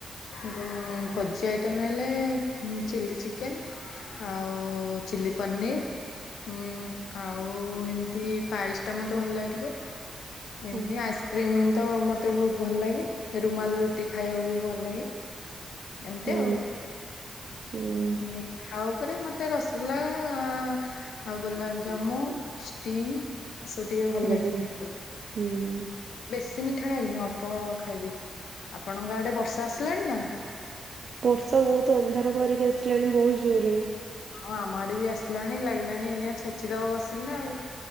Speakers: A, on the left; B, on the right.
A: ଭୋ -ଭୋଜି ଆଇଟମ୍ ହେଲେ ଚିଲ୍ଲି ଚିକେନ୍ ଆଉ ଚିଲି ପନିର୍ ହୁଁ ଆଉ ଏମିତି ପାଇସ୍ ଟା ମତେ ଭଲ ଲାଗେ ଟିକେ।
B: ହଁ
A: ଏମିତି ଆଇସ୍କ୍ରିମ୍ ତ ମତେ ବହୁତ ଭଲ ଲାଗେ ରୁମାଲ ରୁଟି ଖାଇବାକୁ ବି ଭଲ ଲାଗେ। ଏମତି
B: ହୁଁ
A: ଆଉ
B: ହୁଁ
A: ମି ଠା ଉପରେ ମତେ ରସଗୋଲା ଆଉ ଗୋଲାପ ଜାମୁ, ଷ୍ଟିମ୍, <unintelligible> ସୁ ଟିକେ ଭଲ
B: ହୁଁ
A: ଲାଗେ ଖାଇବାକୁ।
B: ହୁଁ।
A: ବେଶୀ ମିଠା ଖାଇବିନି ଅଳ୍ପ ଖାଇବି, ଆପଣଙ୍କ ଆଡେ ବର୍ଷା ଆସିଲାଣି ନା?
B: ବର୍ଷା ବହୁତ୍ ଅନ୍ଧାର କରିକି ଆସିଲାଣି ବହୁତ୍ ଜୋରରେ।
A: ହଁ, ଆମ ଆଡେ ବି ଆସିଲାଣି ଲାଗିଲାଣି ଏନିଆ ଛେଚିଦବ ବସିକିନା ଆଉ।